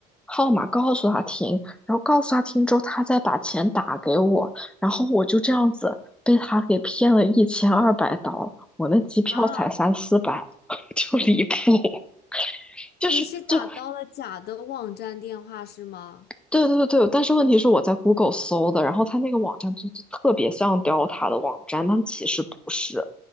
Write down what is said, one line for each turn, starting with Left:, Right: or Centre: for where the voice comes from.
Centre: 号码告诉他听，然后告诉他听之后，他再把钱打给我，然后我就这样子被他给骗了一千二百刀，我那机票才三四百，
Left: 啊，
Centre: <laughs> 就离谱。就是就
Left: 你是打到了假的网站电话是吗？
Centre: 对对对对，但是问题是我在 Google 搜的，然后他那个网站就就特别像雕塔的网站，但其实不是。